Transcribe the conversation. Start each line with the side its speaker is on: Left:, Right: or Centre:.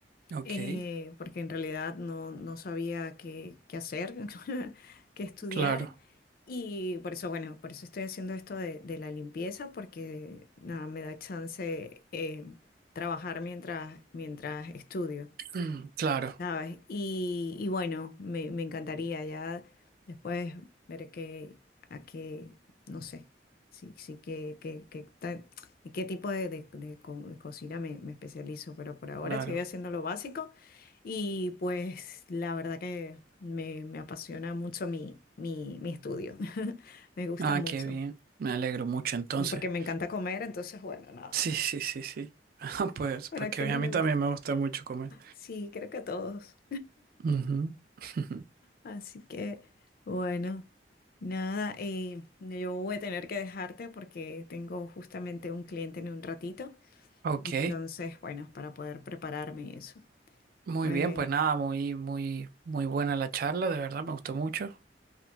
Right: Ok.
Left: eh, porque en realidad no, no sabía qué, qué hacer, <laughs> qué estudiar.
Right: Claro,
Left: Y por eso, bueno, por eso estoy haciendo esto de, de la limpieza, porque nada, me da chance eh, trabajar mientras, mientras estudio.
Right: mm, claro,
Left: ¿sabes? Y, y bueno, me, me encantaría ya después ver qué, a qué, no sé, sí, sí, qué, qué, qué tal y qué tipo de, de- de co- de cocina me, me especializo, pero por ahora
Right: claro.
Left: estoy haciendo lo básico y pues la verdad que me, me apasiona mucho mi, mi, mi estudio, <laughs> me gusta
Right: Ah,
Left: mucho,
Right: qué bien. Me alegro mucho entonces.
Left: porque me
Right: <laughs>
Left: encanta comer, entonces bueno, nada,
Right: Sí, sí, sí, sí. <laughs> Ah, Pues,
Left: bueno,
Right: pues
Left: ¿a quién
Right: que
Left: no
Right: a
Left: le
Right: mí
Left: gusta?
Right: también me gusta mucho comer.
Left: Sí, creo que a todos.
Right: Ujú. <laughs>
Left: Así que, bueno, nada, eh, yo voy a tener que dejarte porque tengo justamente un cliente en un ratito.
Right: Ok,
Left: Entonces, bueno, para poder prepararme y eso.
Right: muy
Left: Fue,
Right: bien, pues nada, muy, muy, muy buena la charla, de verdad, me gustó mucho.